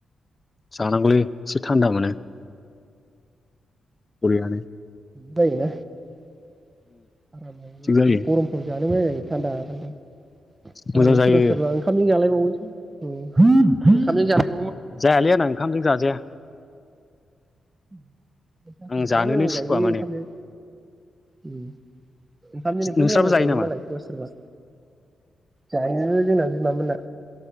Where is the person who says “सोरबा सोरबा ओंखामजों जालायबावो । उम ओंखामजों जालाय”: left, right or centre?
Right